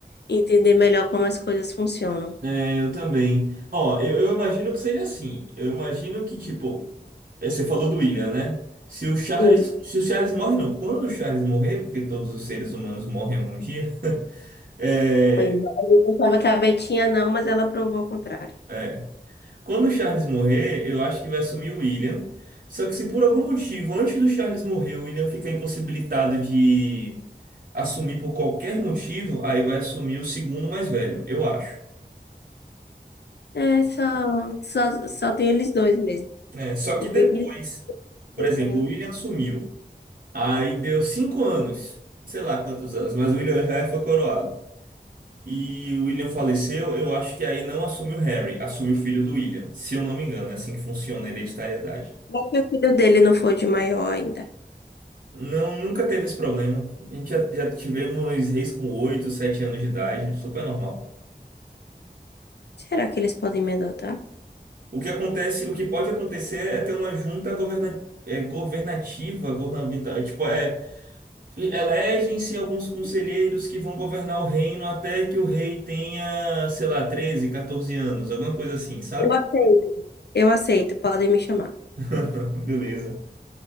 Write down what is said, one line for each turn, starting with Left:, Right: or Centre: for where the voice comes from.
Left: entender melhor como as coisas funcionam.
Right: É, eu também. Ó, eu, eu imagino que seja assim. Eu imagino que, tipo, é, você falou do William, né? Se o Charles,
Left: E
Right: se o Charles morre, não. Quando o Charles morrer, porque todos os seres humanos morrem algum dia, é,
Left: pois é, a gente achava que a Betinha não, mas ela provou ao contrário.
Right: é. Quando o Charles morrer, eu acho que vai assumir o William. Só que se por algum motivo, antes do Charles morrer, o William ficar impossibilitado de assumir por qualquer motivo, aí vai assumir o segundo mais velho, eu acho.
Left: É, só, só, só tem eles dois mesmo.
Right: É, só que
Left: O
Right: depois,
Left: William e
Right: por
Left: o
Right: exemplo,
Left: Harry.
Right: o William assumiu. Aí deu cinco anos, sei lá quantos anos, mas o William já foi coroado. E o William faleceu, eu acho que aí não assume o Harry, assume o filho do William, se eu não me engano, é assim que funciona a hereditariedade.
Left: Mas se o filho dele não for de maior ainda.
Right: Não, nunca teve esse problema. A gente já, já tivemos reis com 8, 7 anos de idade, super normal.
Left: Será que eles podem me adotar?
Right: O que acontece, o que pode acontecer é ter uma junta governa, é, governativa, governamental, tipo, é E Elegem-se alguns conselheiros que vão governar o reino até que o rei tenha, sei lá, 13, 14 anos, alguma coisa assim, sabe?
Left: Eu aceito. Eu aceito, podem me chamar.
Right: <laughs> Beleza,